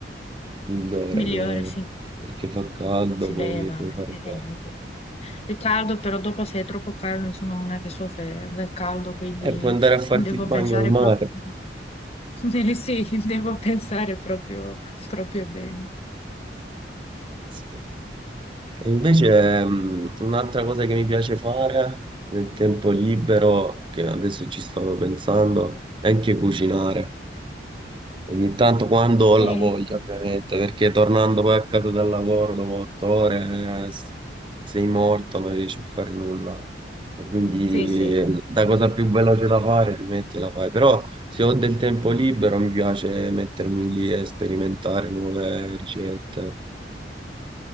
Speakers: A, on the right; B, on the left.
A: migliore
B: Migliore,
A: che-
B: sì.
A: perché fa caldo,
B: Si
A: puoi,
B: beve, vabbè.
A: puoi fare
B: eh,
A: il bagno.
B: sì. È caldo, però dopo se è troppo caldo sono una che soffre del caldo, quindi
A: E puoi andare a farti
B: devo
A: il bagno
B: pensare
A: al mare.
B: proprio... <laughs> Sì, devo pensare proprio, proprio bene.
A: Sì. E invece mh, un'altra cosa che mi piace fare nel tempo libero, che adesso ci stavo pensando, è anche cucinare. Ogni tanto quando ho
B: Eh,
A: la voglia, ovviamente, perché tornando poi a casa dal lavoro dopo otto ore eh, s- sei morto, non riesci a fare nulla. E quindi
B: sì, sì.
A: eh, la cosa più veloce da fare, ti metti e la fai. Però se ho del tempo libero mi piace mettermi lì e sperimentare nuove ricette.